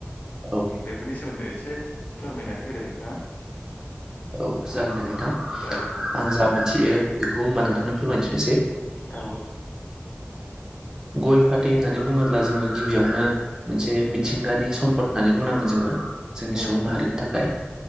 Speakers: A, on the right (about 20°); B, on the left (about 50°).
A: औ
B: बेफोरनि सोमोन्दै एसे फोरमायनानै होदो नोंथाङा।
A: औ जागोन दे नोंथां।
B: औ औ
A: आं जा मिथियो बेखौ होमबा नों थांनो फोरमायथिनोसै।
B: औ
A: गय फाथै होननानै बुङोब्ला जोङो गिबियावनो मोनसे मिथिंगानि सम्पद होननानै बुंनां गोन जोङो, जोंनि
B: औ
A: सुबुं माहारिनि
B: औ
A: थाखाय।